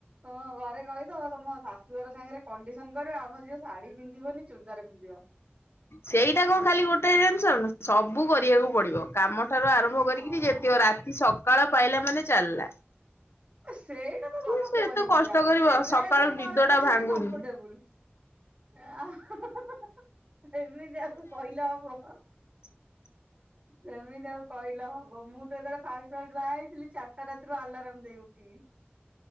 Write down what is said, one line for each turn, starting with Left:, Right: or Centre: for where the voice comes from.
Right: ହଁ ଘରେ କହିଦେବ ତମ ଶାଶୁଘର ସାଙ୍ଗରେ କଣ୍ଡିସନ କରିବେ ଆମ ଝିଅ ଶାଢୀ ପିନ୍ଧିବନି। ଚୁଡଦାର ପିନ୍ଧିବ
Left: ସେଇଟା କଣ ଖାଲି ଗୋଟାଏ ଜିନିସ ନା ସବୁ କରିବାକୁ ପଡିବ। କାମ ଠାରୁ ଆରମ୍ଭ କରିକିରି
Right: ହଁ
Left: ଯେତିି କ ରାତି ସକାଳ ପାଇଲା ମାନେ ଚାଲିଲା।
Right: ସେଇଟା ତ
Left: ସିଏ
Right: ତମେ
Left: ସେ
Right: କରିବ
Left: ଏତେ କଷ୍ଟ
Right: ଯାହାବି
Left: କରିବ
Right: ହେଲେ ସେ ଡ୍ରେସରେ
Left: ସକାଳୁ
Right: କର
Left: ନିଦ
Right: ପଛେ
Left: ଟା ଭାଙ୍ଗୁନି।
Right: ସେ କମ୍ଫର୍ଟେବୁଲ। ଆ ହା ହା ହା ହା ହା ଏମିତି ଆଉ କହିଲେ ହବ।
Left: ଙ୍କି
Right: ସେମିତି ଆଉ କହିଲେ ହବ ମୁଁ ତ ଯେତେବେଳେ ଫାଷ୍ଟ ଫାଷ୍ଟ ବାହା ହେଇଥିଲି ଚାରଟା ରାତିରୁ ଆଲାରାମ୍ ଦେଇ ଉ ଠିବି।